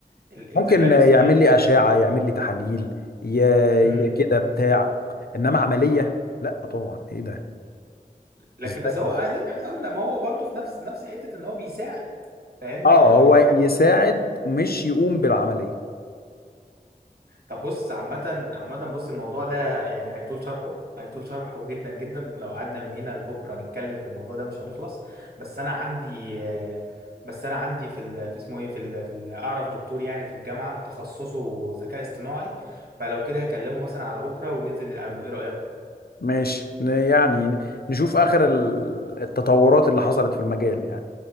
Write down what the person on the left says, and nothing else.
ممكن
يعمل
لي أشعة يعمل لي تحاليل ي...
ي- كده بتاع انما عملية لا طبعا ايه ده
ازاي
اه
هو يساعد مش يقوم بالعملية
ماشي ن- يعني ن- نشوف آخر ال- التطورات اللي حصلت في المجال يعني